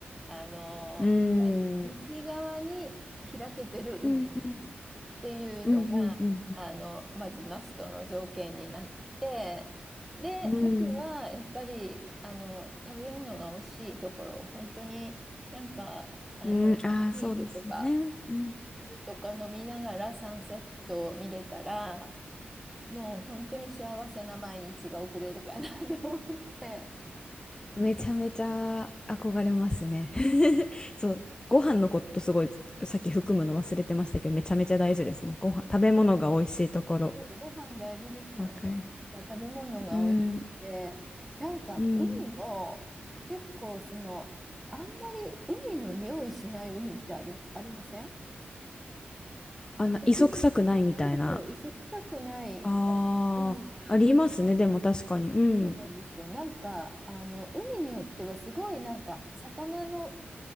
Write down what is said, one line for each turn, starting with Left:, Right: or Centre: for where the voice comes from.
Centre: あの
Left: うん。
Centre: 西側に開けてる海っ
Left: うんうん
Centre: ていうのが、
Left: うんうんうん
Centre: あの、まずマストの条件になって、で、
Left: うん
Centre: あとは、やっぱり、あの、食べ物が美味しいところ、本当になんか、あの、
Left: うんうんああーそうですよねうん
Centre: ビールとか、ビールとか飲みながらサンセットを見れたら、もう本当に幸せな毎日が送れるかな <laughs> って思って。
Left: めちゃめちゃ憧れますね。<laughs> そう、ご飯のことすごいさっき含むの忘れてましたけど、めちゃめちゃ大事ですね。ご飯、食べ物が美味しいところ。
Centre: そうご飯大事ですよね。
Left: わかる。
Centre: だから食べ物が美味しくて、
Left: うん、
Centre: なんか海も結構その、
Left: うん。
Centre: あんまり海の匂いしない海ってあり、ありません
Left: あんな、
Centre: 逆に、
Left: 磯臭くないみたいな。
Centre: そうそう、磯臭くないあ海が、
Left: ああ、ありますね。でも確かに。うん。
Centre: そうなんですよ。なんか、あの、海によってはすごいなんか、魚の、